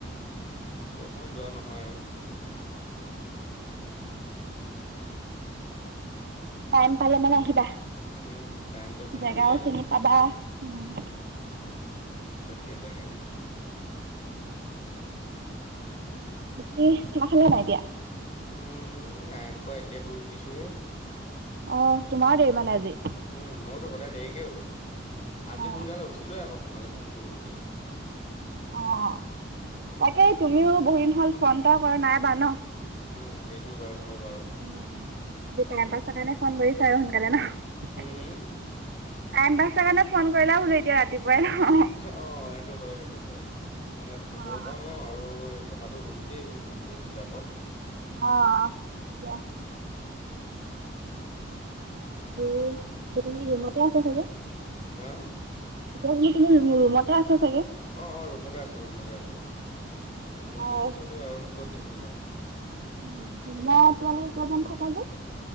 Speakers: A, on the left (about 35°); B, on the right (about 55°).
A: উম, সেইকাৰণে যোৱা নহয় আৰু।
B: টাইম পালে মানে আহিবা,
A: উম, টাইমটো সময়
B: জেগাও
A: মিলাই দিম।
B: চিনি পাবা উম।
A: তাকে তাকে।
B: বাকী খানা খালা নে নাই এতিয়া?
A: উম' নাই খোৱা এতিয়া শুই উঠিছোঁ হে।
B: অ'হ তোমাৰ দেৰি মানে আজি।
A: উম' মইতো সদায় দেৰিকে উঠো, আজি
B: অ
A: সোনকালে উঠিলোৱেই আকৌ তোমালৈ ফোন কৰো বুলি।
B: অ' তাকে তুমিও বহুত দিন হ'ল ফোন এটাও কৰা নাই ন।
A: উম' সেইটোও বাৰু হয় বাৰু।
B: উম' আজি টাইম
A: উম,
B: পাইছ কাৰণে ফোন কৰিছাঁ আৰু সোনকালে ন।
A: হুম, হুম?
B: টাইম পাইছ কাৰণে ফোন কৰিলা বোলোঁ এতিয়া ৰাতিপুৱাই অ'হ।
A: অ'হ সেইটো হয়, সেইটো হয় মানে খবৰ
B: অ'
A: এটাও লও আৰু এইটো কথাটো সোধোঁ দেই বুলি ফোন কৰিছিলোঁ আকৌ।
B: অ' আচ্ছা।
A: উম'
B: আৰু এতিয়া তুমি ৰুমতে আছা চাগে?
A: হা?
B: এতিয়া তুমি, তুমি ৰুমতে আছা চাগে?
A: অ'হ অ'হ ৰুমতে আছোঁ, ৰুমতে আছোঁ, ৰুমতে
B: হয়।
A: থাকিব লাগিব আৰুনো ক'ত থাকিম হয়।
B: উম' তোমাৰ এতিয়ালৈকে কেইজন থাকা যে?